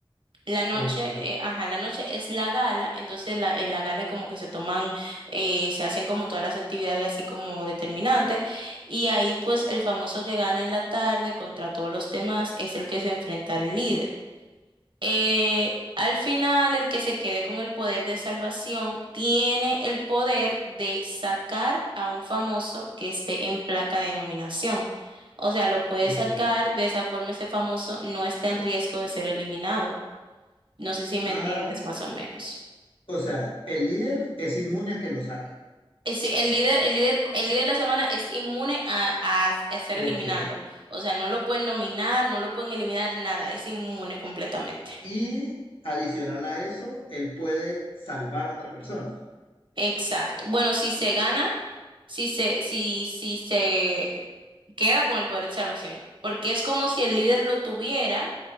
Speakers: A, on the right; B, on the left.
A: La noche,
B: ok,
A: eh, ajá, la noche es la gala, entonces la, en la gala es como que se toman, eh, se hacen como todas las actividades así como determinantes, y ahí pues el famoso que gana en la tarde contra todos los demás es el que se enfrenta al líder. Eh, al final, el que se quede con el poder de salvación tiene el poder de sacar a un famoso que esté en placa de nominación. O sea, lo puede
B: ok.
A: sacar, de esa forma ese famoso no está en riesgo de ser eliminado. No sé si me
B: Ah,
A: entiendes más o menos.
B: o sea, el líder es inmune a que lo saque.
A: Eh, sí, el líder, el líder, el líder de la semana es inmune a, a- a ser
B: Ok.
A: eliminado. O sea, no lo pueden nominar, no lo pueden eliminar, nada. Es inmune completamente.
B: Y adicional a eso, él puede salvar a otra persona.
A: Exacto. Bueno, si se gana, si se, si, si se queda con el poder de salvación, porque es como si el líder lo tuviera